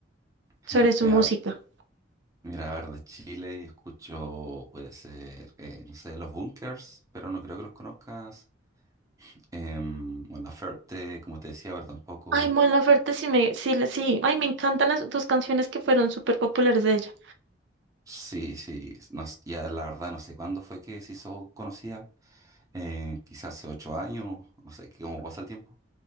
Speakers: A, on the right; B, on the right.
A: <laughs>
B: sobre su
A: mira,
B: música.
A: mira, a ver, de Chile escucho, puede ser, eh, no sé, Los Bunkers, pero no creo que los conozcas. Em, o La Ferte, como te decía, pero tampoco.
B: Ay, Mon Laferte, sí me, sí, le- sí. Ay, me encantan las dos canciones que fueron súper populares de ella.
A: Sí, sí, no s- ya la verdad no sé cuándo fue que se hizo conocida, eh, quizás hace ocho años, no sé, que cómo pasa el tiempo.